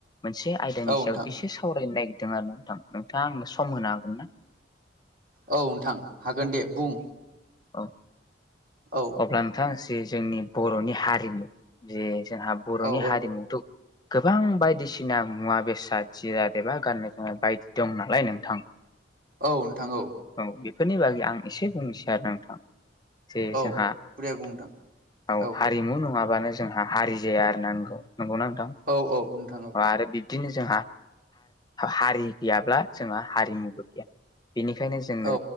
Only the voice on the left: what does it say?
मोनसे आयदानि
सायाव एसे सावरायनो नागिरदों आरो ना नोंथां नोंथाङा आंनो सम होनो हागोन ना?
औ
अब्ला नोंथां जे जोंनि बर'नि हारिमु जे जोंहा बर'नि
हारिमुथ' गोबां बायदिसिना मुवा बेसाद जिराद एबा गाननाय जोमनाय बायदि दं नालाय नोंथां
औ बेफोरनि बागै आं एसे बुंनोसै आरो नोंथां जे
जोंहा
औ
हा
हारिमु नङाबानो जोंहा हारि जाया आरो नौ नंगौना नोंथां
आरो बिब्दिनो जोंहा हारि गैयाब्ला जोंहा हारिमुबो गैया बेखायनो जोंनो